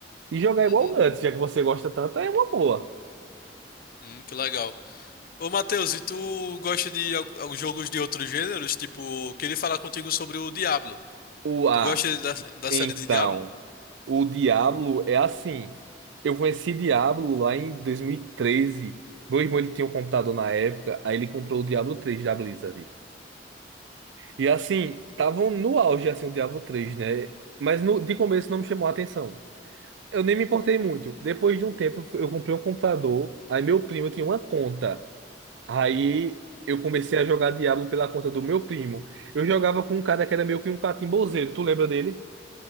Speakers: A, on the right; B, on the left.
A: e jogar
B: Uhum.
A: igual o Guts, já que você gosta tanto, é uma boa.
B: Hum, que legal. Ô, Matheus, e tu gosta de al- al- jogos de outros gêneros? Tipo, queria falar contigo sobre o Diablo.
A: O A,
B: Tu gosta da, da
A: então,
B: série de Diablo? <laughs>
A: o Diablo é assim. Eu conheci Diablo lá em dois mil e treze Meu irmão ele tinha um computador na época, aí ele comprou o Diablo 3 da Blizzard. E assim, estavam no auge assim, o Diablo três né? Mas no, de começo não me chamou a atenção. Eu nem me importei muito. Depois de um tempo, eu fu- eu comprei um computador. Aí meu primo tinha uma conta. Aí eu comecei a jogar Diablo pela conta do meu primo. Eu jogava com um cara que era meio que um catimbozeiro. Tu lembra dele?